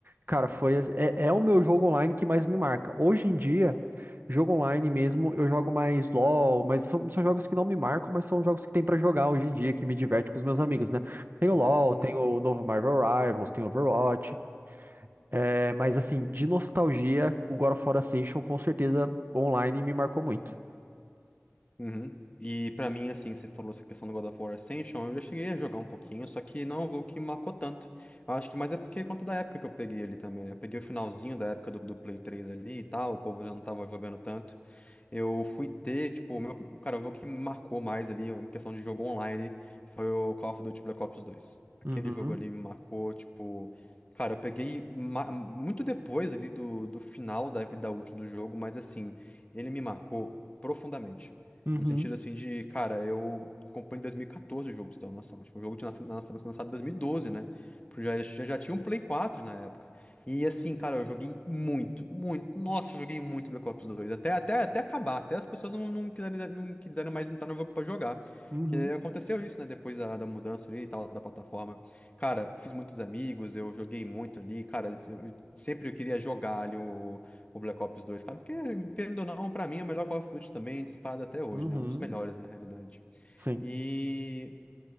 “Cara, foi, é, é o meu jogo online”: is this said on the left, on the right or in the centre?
Right